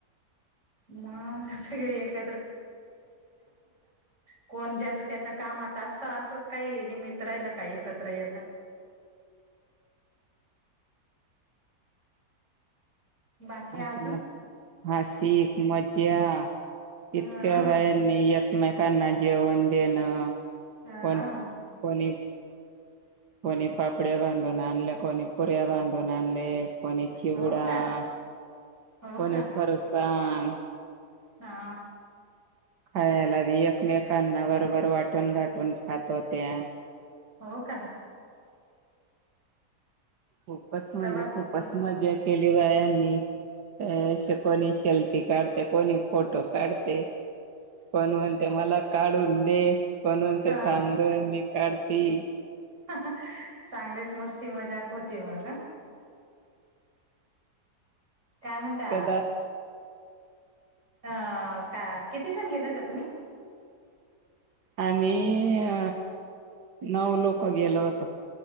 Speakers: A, on the right; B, on the right.
A: मग कोण ज्याच त्याच्या कामात असतं असंच काही निमित्त राहिल काय एकत्र येता बाकी
B: अशी
A: अजून
B: मज्जा अशी एक मज्जा या
A: ह
B: इतक्या बायानी एकमेकांना जेवण देणं
A: ह
B: पण पण कोणी पापड्या बांधून आणले कोणी पुऱ्या बांधून आणले कोणी चिवडा
A: हो का हो
B: कोणी
A: का
B: फरसान
A: हा
B: खायला एकमेकांना बरोबर वाटून गाटून खात होत्या
A: हो का
B: खूपच म्हणजे
A: प्रवास
B: खूपच
A: हा
B: मजा केली बायांनी अ कोणी शेल्फी काढते कोणी फोटो काढते कोण म्हणते मला काढून दे कोण म्हणते
A: अ
B: थांबग मी काढती
A: अहं चांगलेच मस्ती मजाक होती बघा काय म्हणता
B: कदा
A: अ का किती जण गेल्या होत्या तुम्ही
B: आम्ही अ नऊ लोक गेलो होतो